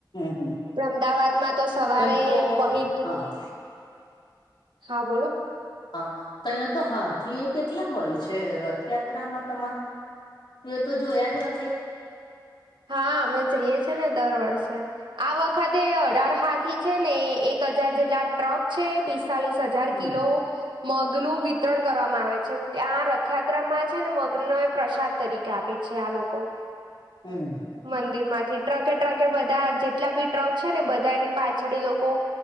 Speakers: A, on the left; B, on the right.
A: હમ
B: આપડે અમદાવાદમાં તો સવારે
A: કઈ તો
B: પહિંદ
A: હા
B: હા બોલો
A: હા તો અહીંયા તો હાથી એ કેટલા હોય છે રથયાત્રામાં તમા તું એ તો જોયા જ હશે
B: હા અમે જઈએ છે ને દર વર્ષે આ વખતે અઢાર હાથી છે ને એક હજાર જેટલા ટ્રક છે પિસ્તાલીસ હજાર
A: હમ
B: કિલો મગનું વિતરણ કરવામાં આવે છે ત્યાં રથયાત્રામાં છે ને મગ્નને પ્રસાદ તરીકે આપે છે છે આ લોકો
A: હમ
B: મંદિર માંથી ટ્રકે ટ્રકે બધા જેટલા બી ટ્રક છે ને બધા એની પા પાછળ લોકો